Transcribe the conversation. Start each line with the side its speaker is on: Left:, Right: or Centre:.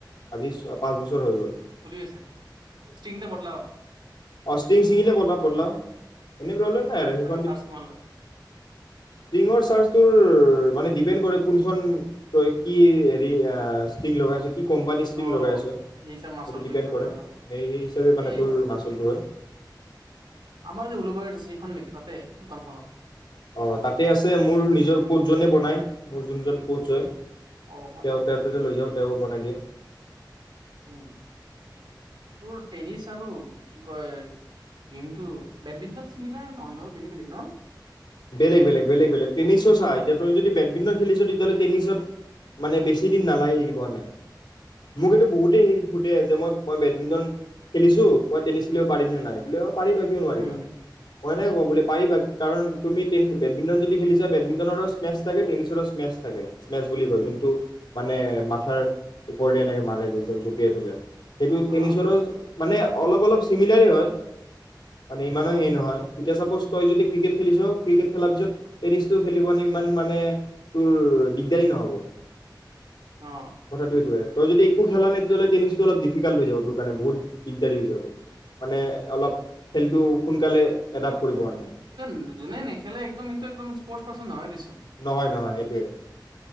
Left: আজি ছ পাঁচ বছৰ হৈ গ'ল।
Right: চলি আছে। ষ্ট্ৰিং বদলাও?
Left: অঁ ষ্ট্ৰিং ছিঙিলে বদলাও। এনে প্ৰব্লেম নাই আৰু স
Right: চাৰ্চ কিমান
Left: ষ্টিংৰ চাৰ্জটোৰ মানে ডিপেন্দ কৰে কোনখন কি হেৰি ষ্ট্ৰিং লগাই আছো, কি কোম্পানীৰ ষ্ট্ৰিং
Right: অ
Left: লগাই আছোঁ সেইটো
Right: সেই হিচাপ মাচলটো
Left: ডিপেণ্ড
Right: সিফালে
Left: কৰে,
Right: হয় ন
Left: সেই সেই হিচাপে মানে
Right: এই
Left: তোৰ মাচুলটো হয়।
Right: আমাৰ যে উলুবাৰীত আছে, সেইখন নেকি তাতে দোকানখনত?
Left: অ' তাতে আছে। মোৰ নিজৰ কোচজনে বনায়, মোৰ যোনজন কোচ হয়। তেওঁ
Right: অ ভালে
Left: তেওঁৰ তাতে লৈ যাওঁ। তেওঁ বনাই দিয়ে।
Right: উম তোৰ টেনিছ আৰু কি কয় গেমটো বেডমিন্টন চিমিলাৰ নহয় ন বেলেগ বেলেগ ন?
Left: বেলেগ বেলেগ বেলেগ বেলেগ, টেনিছটো চা, এতিয়া তই যদি বেডমিণ্টন খেলিছ তেতিয়াহ'লে টেনিছত মানে বেছি দিন নালাগে শিকিব মানে মোক এইটো বহুতেই সোধে, যে মই মই বেডমিণ্টন খেলিছো মই টেনিছ খেলিব পাৰিমনে নাই, বোলে অ' পাৰিবা কিয় নোৱাৰিবা।
Right: উম
Left: মই এনেকে ক'ও বোলে পাৰিবা কি কাৰণ তুমি টেন বেডমিণ্টন যদি খেলিছা বেডমিটনৰ স্মেছ থাকে টেনিচৰো স্মেছ থাকে। স্মেচ বুলি কয়।
Right: উম
Left: যোনটো মানে মাথাৰ ওপৰদি এনেকে মাৰে যে জঁপিয়াই পেলাই। সেইটো টেনিচৰো
Right: অ
Left: মানে অলপ অলপ চিমিলাৰেই হয়, মানে ইমানো
Right: অ
Left: হেই নহয়, এতিয়া চাপজ তই যদি ক্ৰিকেট খেলিছ ক্ৰিকেট খেলাৰ পিছত টেনিছটো খেলিব নে ইমান মানে তোৰ দিগদাৰি নহ'ব।
Right: অ
Left: কথাটো এইটোয়ে। তই যদি একো খেলা নাই তেতিয়া হ'লে টেনিছটো অলপ ডিফিকাল্ট হৈ যাব তোৰ কাৰণে বহুত দিগদাৰী হৈ যাব। মানে অলপ খেলটো সোনকালে এডাপ্ট কৰিব
Right: উম,
Left: কাৰণে।
Right: এয়তো যোনে নেকি খেলে, একদম হেইতো একদম স্পৰ্টচ পাৰ্ৰ্চন নহয় দেছো
Left: নহয় নহয় সেইটোৱে।